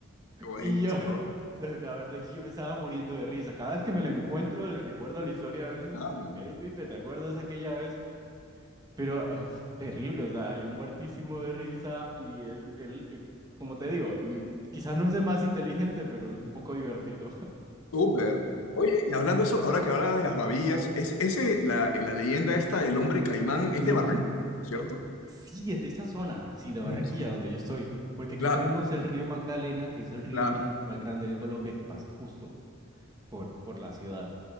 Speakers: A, on the left; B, on the right.
A: qué bueno,
B: y yo,
A: eso,
B: <laughs> de- la verdad es que yo me estaba muriendo de risa. Cada vez que me lo encuentro, le recuerdo la historia a veces,
A: claro.
B: como que, hey, Pipe, ¿te acuerdas aquella vez? Pero <laughs> ah, terrible, o sea, yo muertísimo de risa y él, él, eh, como te digo, mi- quizás no es el más inteligente, pero es un poco divertido.
A: Súper. Oye, y hablando de eso, ahora que hablabas de las babillas, es, ese, la, la leyenda esta del hombre caimán
B: <laughs>
A: es
B: Ujú.
A: de Barranquilla, ¿cierto?
B: Sí, es de esta zona, sí, de Barranquilla,
A: Es de esos hombres.
B: donde yo estoy. Porque aquí
A: Claro,
B: tenemos el río Magdalena, que es el río
A: claro.
B: más, más grande de Colombia, que pasa justo por, por la ciudad.